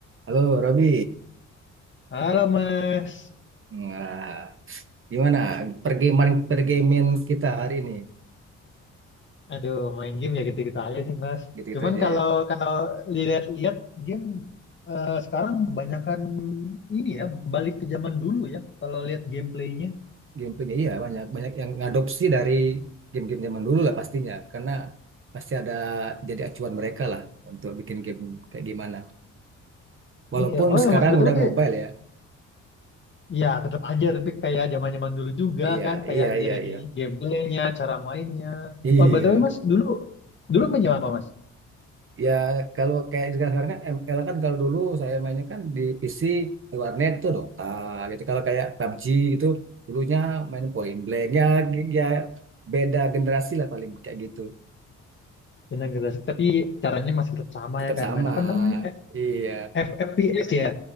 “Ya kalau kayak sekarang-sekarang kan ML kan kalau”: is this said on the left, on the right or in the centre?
Right